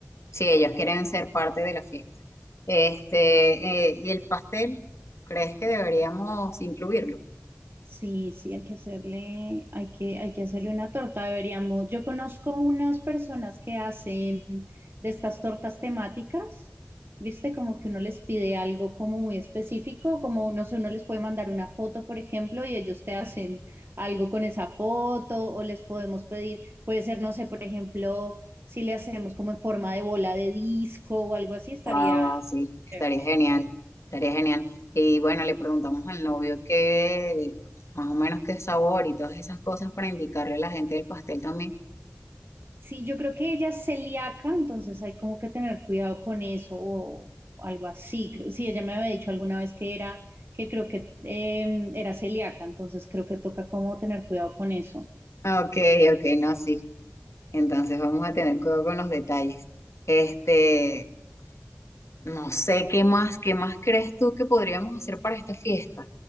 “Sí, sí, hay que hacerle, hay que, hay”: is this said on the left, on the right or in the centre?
Right